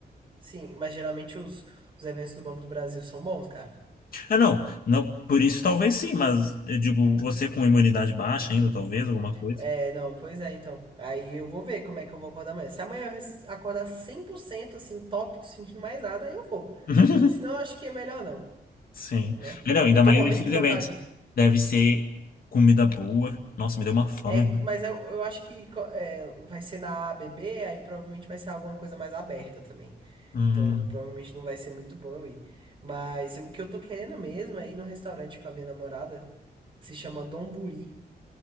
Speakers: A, on the right; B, on the left.
A: sim, mas geralmente os, os eventos do Banco do Brasil são bons, cara.
B: É, não, não, por isso talvez sim, mas eu digo, você com imunidade baixa ainda, talvez, alguma coisa.
A: É, não, pois é, então. Aí eu vou ver como é que eu vou acordar amanhã. Se amanhã eu res- acordar 100% assim, top, tô sentindo mais nada, aí eu vou.
B: <laughs>
A: Senão eu acho que é melhor não,
B: Sim.
A: né?
B: É, não, ainda
A: Eu tô
B: mais
A: morrendo
B: esses
A: de vontade.
B: eventos. Deve ser comida boa. Nossa, me deu uma fome.
A: É,
B: né?
A: mas eu, eu acho que co- é, vai ser na ABB, aí provavelmente vai ser alguma coisa mais aberta também.
B: Hum,
A: Então, provavelmente não vai ser muito bom eu ir. Mas o que eu tô querendo mesmo é ir num restaurante com a minha namorada, que se chama Donburi,